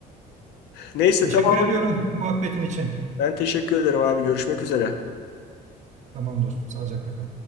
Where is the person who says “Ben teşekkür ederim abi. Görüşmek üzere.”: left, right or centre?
Left